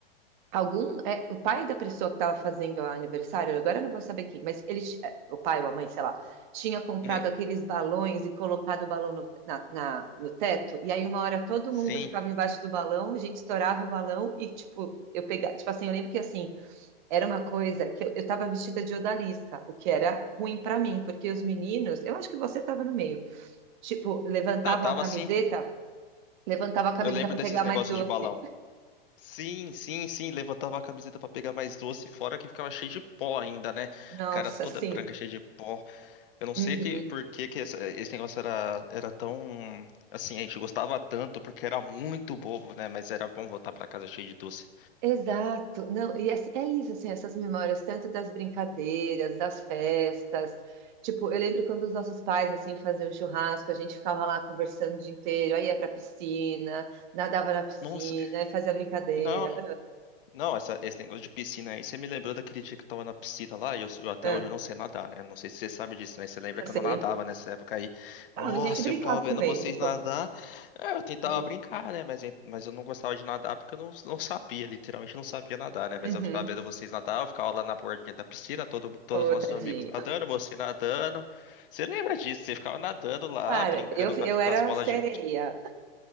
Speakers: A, on the right (about 50°); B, on the left (about 60°).
A: algum. é, o pai da pessoa que estava fazendo o aniversário, agora eu não vou saber quem, mas ele, ti- é, o pai ou a mãe, sei lá, tinha comprado
B: uhum.
A: aqueles balões e colocado o balão no, na, na- no teto, e aí uma hora todo
B: Sim.
A: mundo ficava embaixo do balão, a gente estourava o balão e, tipo, eu pegava. Tipo assim, eu lembro que assim, era uma coisa que eu, eu tava vestida de odalisca, o que era ruim pra mim, porque os meninos, eu acho que você tava no meio, tipo, levantavam
B: Não, eu tava
A: a camiseta.
B: assim.
A: Levantava a camiseta
B: Eu lembro
A: para
B: desses
A: pegar
B: negócios
A: mais doce.
B: de balão. Sim, sim, sim. Levantava a camiseta pra pegar mais doce, fora que ficava cheio de pó ainda, né?
A: Nossa,
B: Cara toda
A: sim.
B: branca, cheia de pó. Eu não sei
A: Uhum.
B: que, por que, que essa- esse negócio era, era tão. Assim, a gente gostava tanto porque era muito bobo, né? Mas era bom voltar pra casa cheio de doce.
A: Exato. Não, e é, é isso, assim, essas memórias, tanto das brincadeiras, das festas. Tipo, eu lembro quando os nossos pais, assim, faziam churrasco, a gente ficava lá conversando o dia inteiro, aí ia pra piscina, nadava na piscina,
B: Nossa,
A: aí fazia brincadeira.
B: não. Não, essa- esse negócio de piscina aí, você me lembrou daquele dia que eu tava na piscina lá, e eu, eu até
A: Ah, ah,
B: hoje eu não sei nadar, né? Não sei se você sabe disso, mas você lembra
A: eu
B: que
A: sei.
B: eu não nadava nessa época aí. Nossa,
A: Ah, a gente brincava
B: eu ficava vendo
A: anyway,
B: vocês
A: mas
B: nadar.
A: conta.
B: É, eu tentava
A: Hum.
B: brincar, né? Mas, en- mas eu não gostava de nadar porque eu não, não sabia, literalmente não sabia nadar, né? Mas
A: Uhum.
B: eu ficava vendo vocês nadar, eu ficava lá na bordinha da piscina, todo, todos
A: Ô,
B: os nossos
A: tadinho.
B: amigos nadando, você nadando. Você lembra disso? Você ficava nadando lá,
A: Cara,
B: brincando
A: eu,
B: com,
A: eu
B: a- com
A: era
B: as bolas
A: sereia.
B: de,